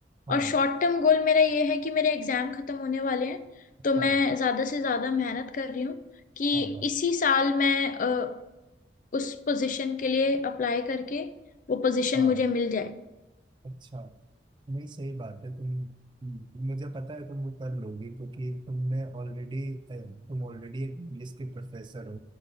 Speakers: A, on the right; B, on the left.
A: हाँ
B: और शॉर्ट टर्म गोल मेरा ये है कि मेरे एग्जाम खत्म होने वाले हैं तो मैं
A: हाँ
B: ज्यादा से ज्यादा मेहनत कर रही हूँ कि
A: हाँ हाँ
B: इसी साल मैं अ, उस पोजीशन के लिए अप्लाई करके वो पोजीशन
A: हाँ
B: मुझे मिल जाए
A: अच्छा नहीं सही बात है तुम तुम- मुझे पता है तुम कर लोगी क्योंकि तुमने ऑलरेडी तुम ऑलरेडी एक इंग्लिश के प्रोफेसर हो